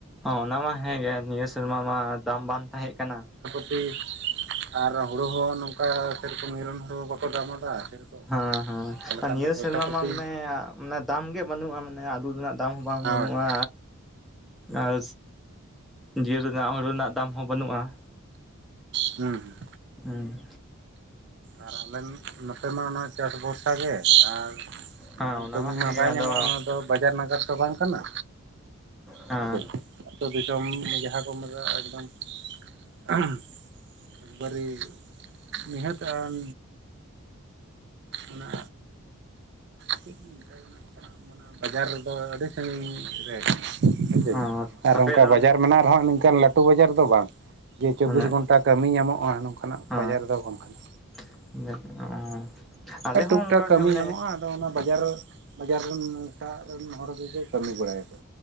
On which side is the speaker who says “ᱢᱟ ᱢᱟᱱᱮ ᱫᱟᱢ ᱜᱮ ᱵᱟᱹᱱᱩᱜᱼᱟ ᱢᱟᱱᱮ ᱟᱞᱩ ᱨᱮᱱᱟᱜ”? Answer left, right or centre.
Centre